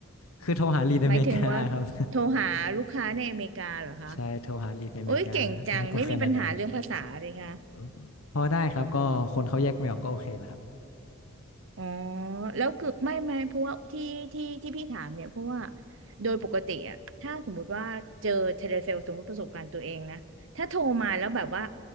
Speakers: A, on the left (about 85°); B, on the right (about 65°).
A: คือโทรหาลีดในอเมริกาครับ
B: หมายถึงว่าโทรหาลูกค้าในอเมริกาเหรอคะ
A: <laughs> ใช่โทรหาลีดในอเมริกาแล้วก็แคนาดา
B: โอ้ยเก่งจังไม่มีปัญหาเรื่องภาษาเลยค่ะ
A: เอ่อพอได้ครับก็คนเขาแยกไม่ออกก็โอเคแหละครับ
B: อ๋อแล้วคือไม่ไม่เพราะว่าที่ที่ที่พี่ถามเนี่ยเพราะว่าโดยปกติอะถ้าสมมุติว่าเจอเทเลเซลสมมติประสบการณ์ตัวเองนะถ้าโทรมาแล้วแบบว่า